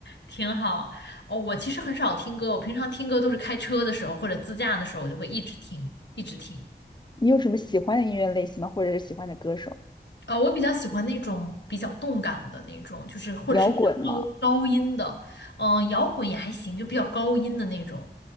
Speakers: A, on the left; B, on the left.
A: 挺好。哦，我其实很少听歌，我平常听歌都是开车的时候或者自驾的时候，我就会一直听，一直听。
B: <laughs> 你有什么喜欢的音乐类型吗？或者是喜欢的歌手？
A: 啊、我比较喜欢那种比较动感的那种，就是或者是比较高高音的，
B: 摇滚吗？
A: 嗯、摇滚也还行，就比较高音的那种。